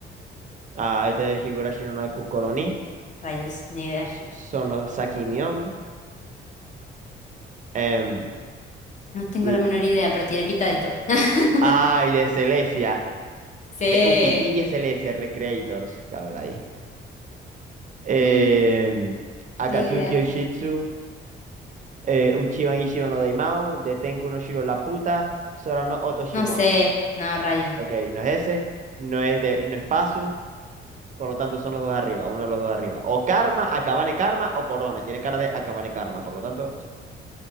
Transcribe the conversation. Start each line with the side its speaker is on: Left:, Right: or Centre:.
Right: Ah, este es Higurashi no Naku Koroni.
Left: Rayos, ni idea.
Right: S- Sono Sakimion. Em,
Left: No tengo
Right: l-
Left: la menor idea, pero tiene pinta de esto. <laughs>
Right: ay, de Celestia.
Left: Sí.
Right: De Upitiria Celestia Recreators. ¿Qué habla ahí? eh,
Left: Mm,
Right: Akatsuki
Left: ni idea.
Right: Yoshitsu, eh, Uchiban Ichiro no Daimao, de Tenku no Shiro la puta, Sora no Oto Shimono.
Left: No sé. No, rayos.
Right: Ok, no es ese, no es de, no es Pazu, por lo tanto son los dos de arriba, uno de los dos de arriba. O Karma, Akabane Karma o Corone, tiene cara de Akabane Karma, por lo tanto, sí,